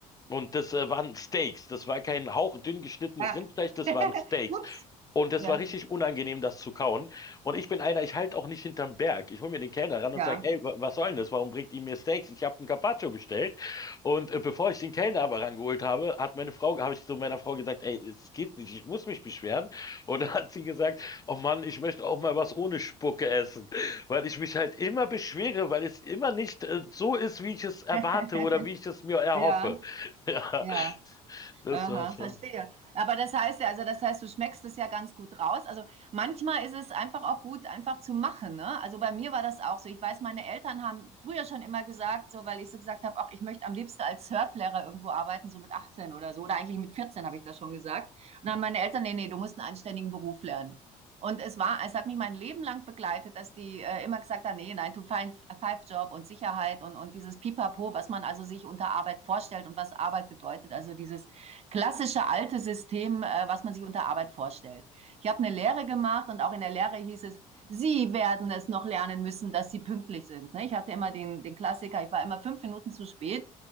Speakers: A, on the left; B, on the right.
A: Und das äh, waren Steaks. Das war kein hauchdünn geschnittenes
B: ja.
A: Rindfleisch, das
B: <laughs>
A: waren Steaks.
B: Ups.
A: Und das
B: Ja.
A: war richtig unangenehm, das zu kauen. Und ich bin einer, ich halte auch nicht hinterm Berg. Ich hole mir den Kellner ran
B: Ja.
A: und sage, ey, wa- was soll denn das? Warum bringt die mir Steaks? Ich habe einen Carpaccio bestellt. Und äh, bevor ich den Kellner aber rangeholt habe, hat meine Frau, habe ich zu meiner Frau gesagt, ey, es geht nicht, ich muss mich beschweren. Und dann hat sie gesagt, oh Mann, ich möchte auch mal was ohne Spucke essen. Weil ich mich halt immer beschwere, weil es immer nicht äh, so ist, wie ich es erwarte
B: <laughs>
A: oder wie ich es mir erhoffe.
B: ja,
A: <laughs> Ja,
B: ja.
A: das
B: Aha,
A: war schon.
B: verstehe. Aber das heißt ja, also das heißt, du schmeckst es ja ganz gut raus. Also manchmal ist es einfach auch gut, einfach zu machen. Ne? Also bei mir war das auch so. Ich weiß, meine Eltern haben früher schon immer gesagt, so weil ich so gesagt habe, auch ich möchte am liebsten als Surflehrer irgendwo arbeiten, so mit 18 oder so. Oder eigentlich mit 14 habe ich das schon gesagt. Und dann haben meine Eltern, nee, nee, du musst einen anständigen Beruf lernen. Und es war, es hat mich mein Leben lang begleitet, dass die äh, immer gesagt haben, nee, nein, nine to five Job und Sicherheit und, und dieses Pipapo, was man also sich unter Arbeit vorstellt und was Arbeit bedeutet. Also dieses klassische alte System, äh, was man sich unter Arbeit vorstellt. Ich habe eine Lehre gemacht und auch in der Lehre hieß es, Sie werden es noch lernen müssen, dass Sie pünktlich sind. Ne? Ich hatte immer den, den Klassiker, ich war immer fünf Minuten zu spät